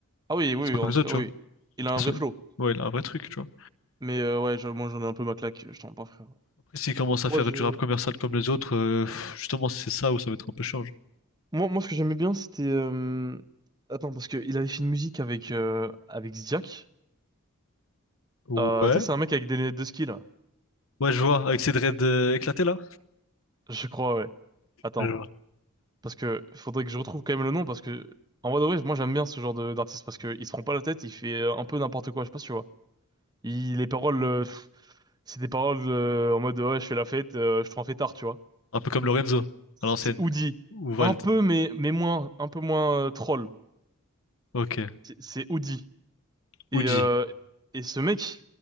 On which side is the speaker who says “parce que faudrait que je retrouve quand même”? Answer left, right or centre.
Right